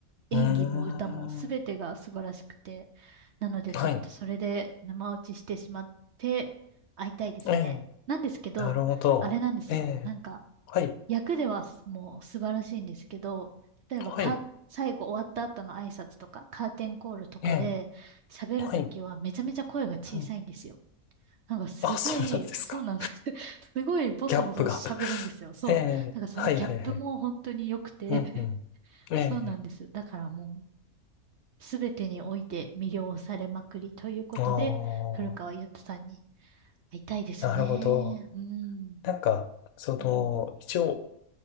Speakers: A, on the right; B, on the left.
A: 演技も歌も全てが素晴らしくて、
B: うん。うーん。
A: なのでちょっとそれで生落ちしてしまって会いたいですね。
B: はい。ええ。
A: なんですけど、
B: なるほど。
A: あれなんですよ。
B: ええ。
A: なんか、
B: はい。
A: 役ではもう素晴らしいんですけど、例えばカー最後終わった後の挨拶とか、
B: はい。
A: カーテンコールとかで喋るときはめちゃめちゃ声が小さいんですよ。
B: ええ。はい。うん。
A: なんかすごい、
B: あ、そうなんですか。
A: そうなんです。<laughs> すごいボソボソ喋るんですよ。
B: ギャップが。<laughs>
A: そう。
B: ええ。
A: なんかそのギャップも本当に良くて、
B: はいはいはい。うんうん。
A: <laughs>
B: ええ。
A: そうなんです。だからもうすべてにおいて魅了されまくりということで、
B: ああ、
A: 古川優太さんに会いたいですね。
B: なるほど。
A: うん。
B: なんか、その、
A: うん。
B: 一応、